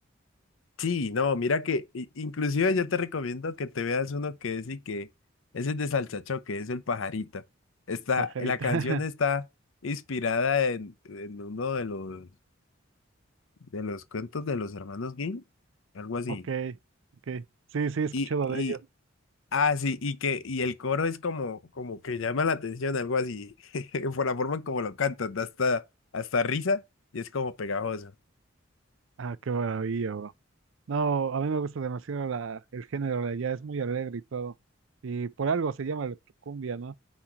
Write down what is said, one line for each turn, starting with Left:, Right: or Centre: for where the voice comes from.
Left: Sí, no, mira que i- inclusive yo te recomiendo que te veas uno que es y que ese es de Salsachoque, es el pajarito. Está,
Right: pajarita.
Left: la canción
Right: <laughs>
Left: está inspirada en, en uno de los de los cuentos de los hermanos Grimm, algo así.
Right: Ok, ok. Sí, sí, he escuchado
Left: Y, y,
Right: de ello.
Left: ah, sí, y que, y el coro es como, como que llama la atención, algo así, <laughs> por la forma en como lo cantan, da hasta, hasta risa y es como pegajoso.
Right: Ah, qué maravilla, bro. No, a mí me gusta demasiado la, el género de allá, es muy alegre y todo. Y por algo se llama electrocumbia, ¿no?